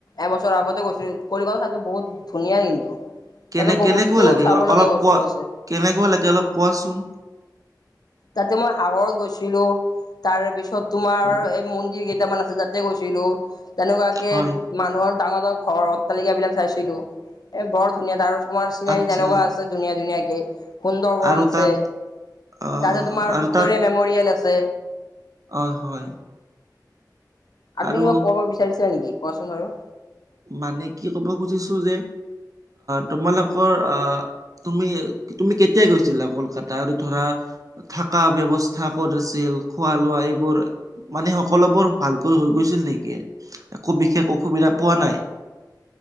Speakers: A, on the left; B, on the right.
A: এবছৰ আগতে গৈছিলোঁ, কলিকতাখন বহুত ধুনীয়া কিন্তু।
B: কেনে
A: তাতে বহুতো
B: কেনেকুৱা লাগে
A: চাব লগীয়া
B: অলপ
A: বস্তু
B: কোৱা
A: আছে।
B: কেনেকুৱা লাগে, অলপ কোৱাচোন?
A: তাতে মই সাগৰত গৈছিলোঁ, তাৰ পিছত তোমাৰ
B: হয়
A: এই মন্দিৰ কেইটামান আছে তাত তাতে গৈছিলো তেনেকুৱাকে
B: হয়
A: মানুহৰ ডাঙৰ-ডাঙৰ ঘৰ, অট্টালিকা বিলাক চাইছিলোঁ, এ বৰ ধুনীয়া আৰু তোমাৰ চিনাৰী
B: আচ্ছা
A: যেনেকুৱা আছে ধুনীয়া-ধুনীয়াকে সুন্দৰ <unintelligible>
B: আৰু
A: আছে।
B: তাত আহ
A: তাতে, তোমাৰ
B: আৰু
A: ভিক্টৰে
B: তাত
A: মেমৰিয়েল আছে।
B: অ', হয়।
A: আপুনি
B: আৰু
A: কিবা কব বিচাৰিছে নেকি? কোৱাচোন বাৰু।
B: মানে কি ক'ব খুজিছোঁ, যে তোমালোকৰ তুমি তুমি কেতিয়া গৈছিলা কলকাতা? আৰু ধৰা থাকা ব্যবস্থা কৰি থৈছিল, খোৱা-লোৱা এইবোৰ মানে সকলোবোৰ ভাল। <unintelligible> গৈছিল নেকি? একো বিশেষ অসুবিধা পোৱা নাই?